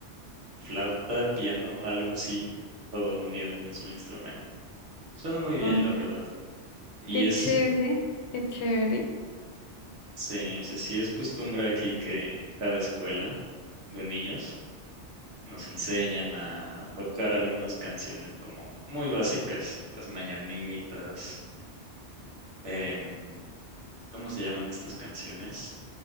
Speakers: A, on the right; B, on the left.
A: flauta, piano, algo así, todo unido en un solo instrumento. Suena muy bien,
B: Oye,
A: la verdad. Y
B: qué
A: es,
B: chévere, qué chévere.
A: sí, sí, sí, es costumbre aquí que en cada escuela de niños nos enseñan a tocar algunas canciones como muy básicas, las mañanitas, en, ¿cómo se llaman estas canciones